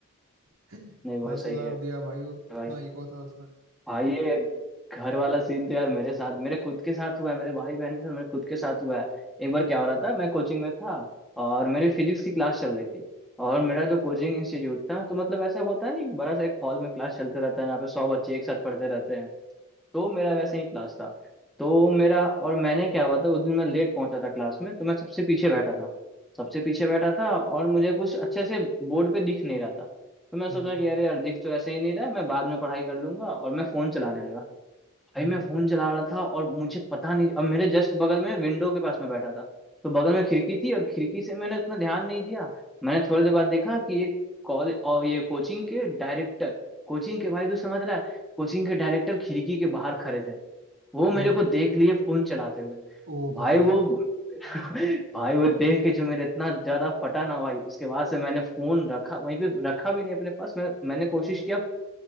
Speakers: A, on the right; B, in the centre.
A: <laughs>
B: नहीं बहुत
A: दस
B: सही
A: हजार
B: है
A: दिया भाई वो इतना
B: भाई
A: ईगो था उसमें
B: हाँ ये घर वाला सीन तो यार मेरे साथ मेरे खुद के साथ हुआ है मेरे भाई बहन के साथ मेरे खुद के साथ हुआ है एक बार क्या हो रहा था मैं कोचिंग में था और मेरी फिजिक्स की क्लास चल रही थी और मेरा जो कोचिंग इंस्टीट्यूट था तो मतलब ऐसा होता नहीं बड़ा सा एक हॉल में क्लास चलते रहता है यहाँ पे सौ बच्चे एक साथ पढ़ते रहते हैं तो मेरा वैसे ही क्लास था तो मेरा और मैंने क्या हुआ था उस दिन मैं लेट पहुंचा था क्लास में तो मैं सबसे पीछे बैठा था सबसे पीछे बैठा था और मुझे कुछ अच्छे से बोर्ड पे दिख नहीं रहा था तो मैं सोचा
A: हम्म
B: कि अरे यार दिख तो ऐसे ही नहीं रहा है, मैं बाद में पढ़ाई कर लूंगा और मैं फोन चलाने लगा भाई
A: हम्म
B: मैं फोन चला रहा था और मुझे पता नहीं अब मेरे जस्ट बगल में विंडो के पास में बैठा था तो बगल में खिड़की थी और खिड़की से मैंने उतना ध्यान नहीं दिया मैंने थोड़ी देर बाद देखा कि एक कॉलेज और ये कोचिंग के डायरेक्टर कोचिंग के भाई तू समझ रहा है कोचिंग के डायरेक्टर खिड़की के बाहर खड़े थे वो मेरे
A: हम्म
B: को देख लिए फोन चलाते हुए
A: ओ
B: भाई
A: भाई
B: वो <laughs> भाई वो देख के जो मेरा इतना ज्यादा फटा ना भाई उसके बाद से मैंने फोन रखा वहीं पे रखा भी नहीं अपने पास मैं मैंने कोशिश किया